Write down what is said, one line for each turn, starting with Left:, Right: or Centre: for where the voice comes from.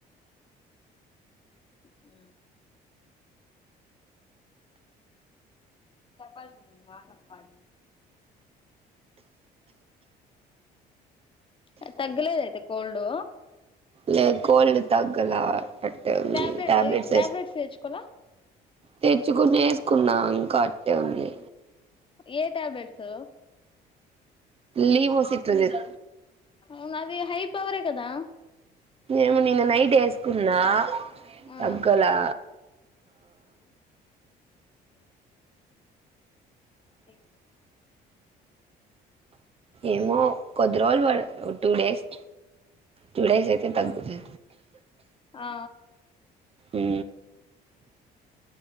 Left: ఉ చెప్పాల్సింది నార్మల్ కాల్ ఉ తగ్గలేద అయితే కోల్డ్
Right: లేదు కోల్డ్ తగ్గల అట్టే ఉంది
Left: టాబ్లెట్
Right: టాబ్లెట్స్ ఏసు
Left: తెచ్చుకోలా
Right: తెచ్చుకునే ఏసు కున్నా ఇంకా అట్టే ఉంది
Left: ఏ ట్యాబ్లెట్సు
Right: లీవోస్ ఇట్లా
Left: ఉనా అది హైపవర్ ఏ కదా
Right: ఏమో నిన్న నైట్ వేసుకున్నా
Left: ఆ
Right: తగ్గలా
Left: <inaudible> అంటే
Right: ఏమో కొద్దిరోజులు పడు టూ డేస్ టూ డేస్ అయితే తగ్గుతది
Left: ఆ
Right: ఉ